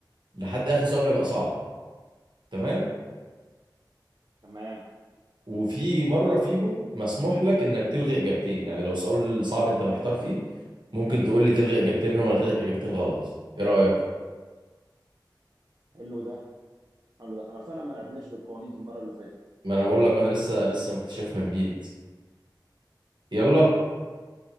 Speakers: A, on the right; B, on the right.
A: لحد اخر سؤال ما يبقى صعب تمام
B: تمام
A: وفي مره فيهم مسموح لك انك تلغي اجابتين يعني لو سؤال صعب انت محتار فيه ممكن تقول لي تلغي اجابتين منهم الغي اجابتين غلط ايه رايك
B: حلو ده حلو ده احنا فعلا ما لعبناش بالقوانين دي المره اللي فاتت
A: ما انا بقول لك انا لسه لسه مكتشفها جديد يلا